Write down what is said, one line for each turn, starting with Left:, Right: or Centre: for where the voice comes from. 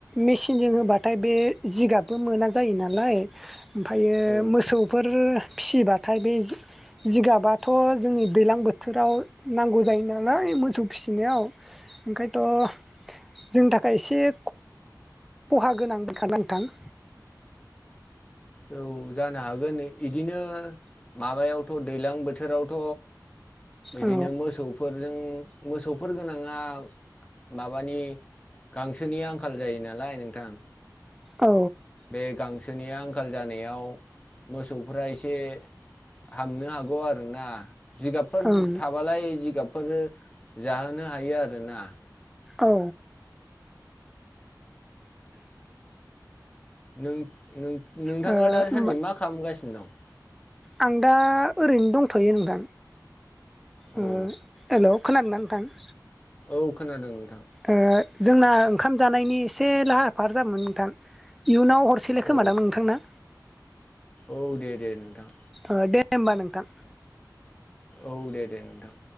Centre: मेचिनजों होबाथाय बे जिगाबबो मोना जायो नालाय ओमफायो
Left: औ
Centre: मोसौफोर फिसिबाथाय बे जि जिगाबाथ' जोंनि दैलां बोथोराव नांगौ जायो नालाय मोसौ फिसिनायाव ओंखायनोथ' जोंनि थाखाय एसे ख खहा गोनां <unintelligible> नोंथां।
Left: औ जानो हागोन इ-इदिनो माबायावथ' दैलां बोथोरावथ' बिदिनो
Centre: औ
Left: मोसौफोरजों मोसौफोर गोनाङा माबानि गांसोनि आंखाल जायो नालाय नोंथां।
Centre: औ।
Left: बे गांसोनि आंखाल जानायाव मोसौफ्रा एसे हामनो हागौ आरोना। जिगाबफोर
Centre: ओं
Left: थाबालाय जिगाबफोर जाहोनो हायो आरोना।
Centre: औ।
Left: नों-नों-नोंथाङा
Centre: होमबा
Left: दासानदि मा खालामगासिनो दं?
Centre: आं दा ओरैनो दंथ'यो नोंथां।
Left: औ
Centre: ओ हेल' खोनादोंना नोंथां?
Left: औ खोनादों नोंथां।
Centre: ओ जोंना ओंखाम जानायनि एसे लाहार फाहार जाबोमोन नोंथां। इयुनाव हरसेले
Left: औ
Centre: खोमा दां नोंथां ना?
Left: औ दे दे नोंथां।
Centre: ओ दे होमबा नोंथां।
Left: औ दे दे नोंथां।